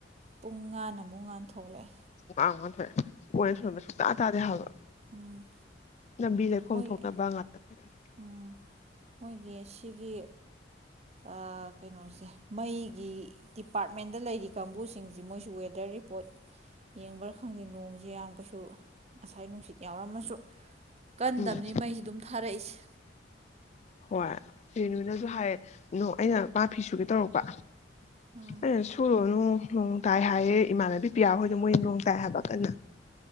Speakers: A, on the right (about 35°); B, on the left (about 35°).
A: ꯄꯨꯡ ꯉꯥꯟ ꯑꯃꯨꯛ ꯉꯥꯟ ꯊꯣꯛꯂꯛꯑꯦ
B: ꯋꯥ-ꯋꯥꯅ ꯊꯣꯛꯑꯦ, ꯑꯣꯏ <unintelligible> ꯁꯨꯡꯛꯇꯥ ꯇꯥꯗꯦ ꯍꯥꯏꯕ꯫
A: ꯎꯝ
B: ꯂꯝꯕꯤ ꯂꯩꯈꯣꯝ
A: ꯃꯣꯏ
B: ꯊꯣꯛꯅꯕ ꯉꯥꯛꯇ ꯎꯝ
A: ꯎꯝ ꯃꯣꯏꯒꯤ ꯁꯤꯒꯤ ꯑ ꯀꯩꯅꯣꯁꯦ ꯃꯩꯒꯤ ꯗꯤꯄꯥꯔꯠꯃꯦꯟꯗ ꯂꯩꯔꯤ ꯀꯥꯡꯕꯨꯁꯤꯡꯁꯤ ꯃꯣꯏꯁꯨ ꯋꯦꯗ꯭ꯔ ꯔꯤꯄꯣꯔꯠ ꯌꯦꯡꯕ꯭ꯔꯥ ꯈꯪꯗꯦ, ꯅꯣꯡꯁꯦ ꯌꯥꯝ ꯀꯩꯁꯨ ꯉꯁꯥꯏ ꯅꯨꯡꯁꯤꯠ ꯌꯥꯎꯔꯝꯃꯁꯨ ꯀꯟꯗꯝꯅꯤ
B: ꯎꯝ
A: ꯃꯩꯁꯤ ꯑꯗꯨꯝ ꯊ ꯐꯔꯦ ꯢꯁ
B: ꯍꯣꯏ ꯔꯦꯅꯨꯅꯁꯨ ꯍꯥꯏꯌꯦ ꯑꯩꯅ ꯃꯥ ꯐꯤ ꯁꯨꯒꯦ ꯇꯧꯔꯛꯄ
A: ꯎꯝ
B: ꯑꯩꯅ ꯁꯨꯔꯣ ꯅꯨ ꯅꯣꯡ ꯇꯥꯏ ꯍꯥꯏꯌꯦ ꯏꯃꯥꯟꯅꯕꯤ ꯄꯤꯌꯥ ꯍꯣꯏꯗꯣ ꯃꯣꯏ ꯅꯣꯡ ꯇꯥꯏ ꯍꯥꯏꯕ ꯀꯟꯅ